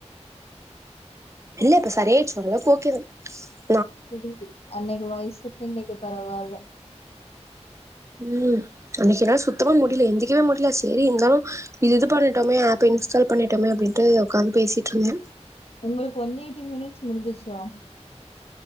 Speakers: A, on the right; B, on the left.
A: இல்ல இப்ப சரியாச்சி ஓரளவுக்கு ஓக்கேதா
B: புரியுது அன்னைக்கு வயசுக்கு இன்னைக்கு பரவாயில்ல
A: உ அன்னைக்கு என்னால சுத்தமா முடியல எந்தக்கவே முடில சேரி இருந்தாலு இது இது பண்ணிட்டோமே ஆப் இன்ஸ்டால் பண்ணிட்டோமே அப்டின்ட்டு உக்காந்து பேசிட்டு இருந்தே
B: உங்களுக்கு ஒன் எயிட்டி மினிட்ஸ் முடிஞ்சிச்சா